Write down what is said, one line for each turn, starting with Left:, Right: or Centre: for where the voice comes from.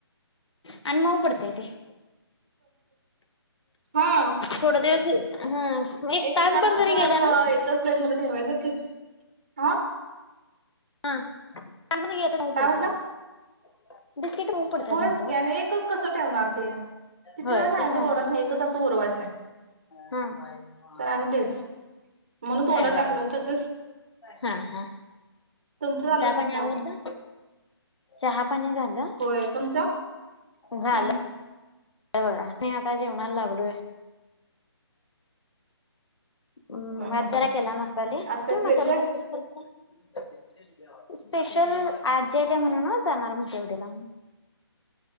Left: आणि मऊ पडतय ते.
Right: हा
Left: थोड दिवस हा एक
Right: एकच
Left: तासभर
Right: जात नसल्या
Left: जरी
Right: सारखं,
Left: गेला ना
Right: एकच प्लेट मध्ये ठेवायचं आ?
Left: आ. तास भर गेल तर मऊ
Right: काय
Left: पडतंय
Right: म्हटलं
Left: आओ ते. बिस्किट मऊ पडतात
Right: होयच
Left: म्हणतो
Right: की आणि एकच कसं ठेवणार ते. किती
Left: होय
Right: वेळ सांगितले
Left: ते पण आहे
Right: पोरासनी
Left: खर.
Right: नाही एकच असं उरवायचं नाही
Left: हा
Right: तर आणि तेच म्हणून तोंडात
Left: काय करायच,
Right: टाकलो तसच
Left: हा हा.
Right: तुमचं झालं क नई
Left: पाणी
Right: चहा
Left: आवरलं
Right: पानी?
Left: चहा पाणी झालं
Right: होय तुमचं.
Left: झालं.
Right: हम्म
Left: हे बघा मी आता जेवणाला लागलोय. हम्
Right: हम्म
Left: भात
Right: हम्म
Left: जरा
Right: हम्म
Left: केला मसाले,
Right: आज काय
Left: तुम्ही
Right: स्पेशल
Left: मसाले भात कस करता? स्पेशल आजी आली म्हणून जाणार म्हणते उद्याला.